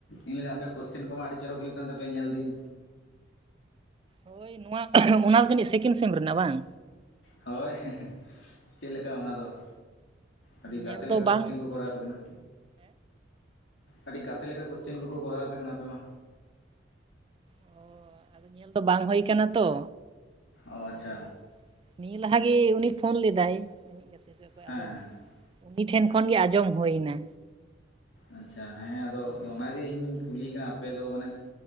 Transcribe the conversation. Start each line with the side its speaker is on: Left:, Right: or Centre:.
Left: ᱤᱧ ᱟᱯᱮᱭᱟᱜ ᱠᱳᱥᱪᱮᱱ ᱠᱚᱢᱟ ᱟᱹᱰᱤ ᱪᱚᱨᱚᱠ ᱦᱩᱭᱩᱜ ᱠᱟᱱ ᱛᱟᱯᱮᱭᱟ ᱧᱮᱞ ᱫᱟᱹᱧ?
Right: ᱦᱳᱭ, ᱱᱚᱣᱟ ᱚᱱᱟ ᱡᱟᱹᱱᱤᱡ ᱥᱮᱠᱮᱱᱰ ᱥᱮᱢ ᱨᱮᱱᱟᱜ ᱵᱟᱝ?
Left: ᱦᱳᱭ, ᱪᱮᱫᱞᱮᱠᱟ ᱚᱱᱟ ᱫᱚ? ᱟᱹᱰᱤ
Right: ᱧᱮᱞ
Left: ᱜᱟᱛᱮ
Right: ᱫᱚ
Left: ᱞᱮᱠᱟ
Right: ᱵᱟᱝ
Left: ᱠᱚᱥᱪᱮᱱ ᱠᱚ ᱠᱚᱨᱟᱣ ᱟᱯᱮ ᱠᱟᱱᱟ᱾ ᱟᱹᱰᱤ ᱜᱟᱛᱮ ᱞᱮᱠᱟ ᱠᱚᱥᱪᱮᱱ ᱠᱚᱠᱚ ᱠᱚᱨᱟᱣ ᱟᱯᱮ ᱠᱟᱱᱟ ᱟᱯᱮ ᱢᱟ?
Right: ᱚ ᱟᱫᱚ ᱧᱮᱞ ᱫᱚ ᱵᱟᱝ ᱦᱩᱭ ᱠᱟᱱᱟ ᱛᱚ,
Left: ᱚ ᱟᱪᱪᱷᱟ
Right: ᱟᱫᱚ ᱱᱤᱭᱟᱹ ᱞᱟᱦᱟᱮ ᱩᱱᱤ ᱯᱷᱳᱱ ᱞᱮᱫᱟᱭ ᱤᱧᱤᱡ ᱜᱟᱛᱮ ᱥᱮ ᱚᱠᱚᱭ
Left: ᱦᱮᱸ
Right: ᱟᱫᱚ
Left: ᱦᱮᱸ
Right: ᱩᱱᱤ ᱴᱷᱮᱱ ᱠᱷᱚᱱ ᱜᱮ ᱟᱸᱡᱚᱢ ᱦᱩᱭ ᱮᱱᱟ᱾
Left: ᱟᱪᱪᱷᱟ ᱦᱮᱸ, ᱟᱫᱚ ᱚᱱᱟ ᱜᱮ ᱤᱧᱤᱧ ᱠᱩᱞᱤᱭᱮ ᱠᱟᱱᱟ ᱟᱯᱮᱚ ᱢᱟᱱᱮ